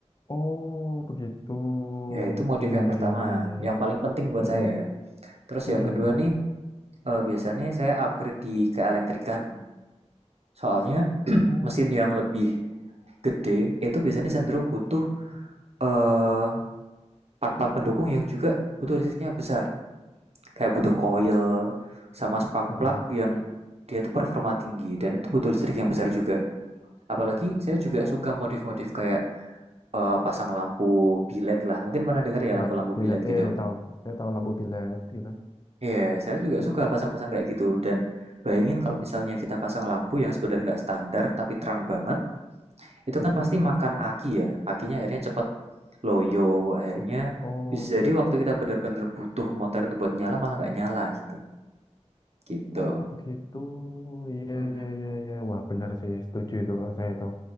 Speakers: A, on the left; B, on the right.
A: Oh, begitu.
B: Ya itu motif
A: Iya,
B: yang pertama,
A: iya, iya, iya. iya.
B: yang paling penting buat
A: Mm-mm.
B: saya. Terus
A: Mm-mm,
B: yang kedua
A: mm-mm.
B: nih, eh, biasanya saya upgrade di keelektrikan. Soalnya
A: Oh,
B: mesin yang lebih gede itu biasanya cenderung butuh eh, part-part pendukung yang juga butuh listriknya besar. Kayak butuh coil sama spark
A: heeh.
B: plug yang dia tuh performa tinggi dan itu butuh listrik yang besar juga. Apalagi saya juga
A: Oh,
B: suka modif-modif kayak eh, pasang lampu bilet lah. Mungkin pernah dengar ya
A: iya,
B: lampu-lampu
A: bilet.
B: bilet gitu.
A: Iya, iya, tahu. Saya tahu labu bilet gitu.
B: Iya, yeah, saya juga
A: Heeh.
B: suka pasang-pasang kayak gitu. Dan bayangin kalau misalnya kita pasang lampu yang sebenarnya nggak standar tapi terang banget, itu
A: Mm-mm.
B: kan pasti makan aki ya. Akinya akhirnya cepet loyo, akhirnya
A: So- Oh,
B: bisa jadi waktu kita benar-benar butuh motor itu buat nyala malah nggak nyala gitu. Gitu.
A: oh, begitu. Iya,
B: Mm.
A: iya, iya, iya. Wah, benar sih. Setuju itu kalau saya itu.